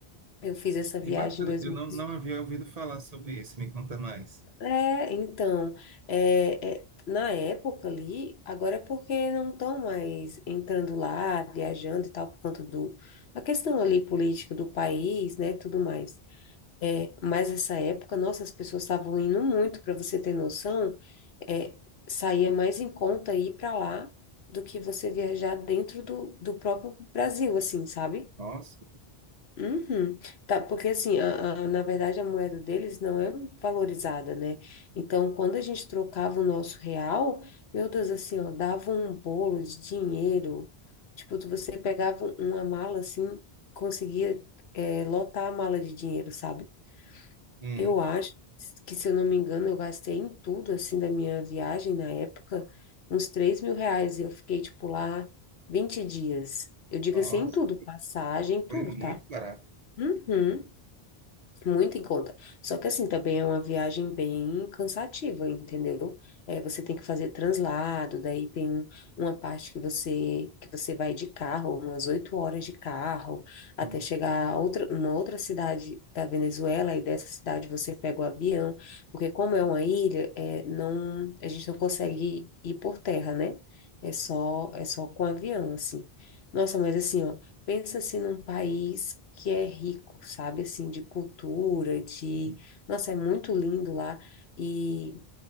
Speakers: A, on the left (about 80°); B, on the right (about 45°).
A: Eu fiz essa viagem
B: Que bacana.
A: em dois
B: Eu
A: mil
B: não,
A: e
B: não havia ouvido falar sobre isso. Me conta mais.
A: É, então, é, é, na época ali, agora é porque não estão mais entrando lá, viajando e tal, por conta do, a questão ali política do país, né, tudo mais. É, mas essa época, nossa, as pessoas estavam indo muito, para você ter noção, é, saía mais em conta ir para lá do que você viajar dentro do, do próprio Brasil, assim, sabe?
B: Nossa.
A: Uhum. Tá, porque assim, a, a- na verdade a moeda deles não é valorizada, né? Então, quando a gente trocava o nosso real, meu Deus, assim, ó, dava um bolo de dinheiro. Tipo, tu- você pegava uma mala assim, conseguia, é, lotar a mala de dinheiro, sabe?
B: Hum,
A: Eu acho que, se eu não me engano, eu gastei em tudo, assim, da minha viagem na época, uns três mil reais. E eu fiquei, tipo, lá 20 dias. Eu digo
B: nossa.
A: assim, em tudo, passagem, tudo,
B: Foi muito
A: tá?
B: barato.
A: Uhum. Muito em conta. Só que assim, também é uma viagem bem cansativa, entendeu? É, você tem que fazer translado, daí tem uma parte que você que você vai de carro, umas oito horas de carro, até
B: Hum,
A: chegar a outra, uma outra cidade da Venezuela, e dessa cidade você pega o avião, porque como é uma ilha, é, não, a gente não consegue ir por terra, né? É só, é só com avião, assim. Nossa, mas assim, ó, Pensa assim num país que é rico, sabe, assim, de cultura, de...
B: hum.
A: Nossa, é muito lindo lá e,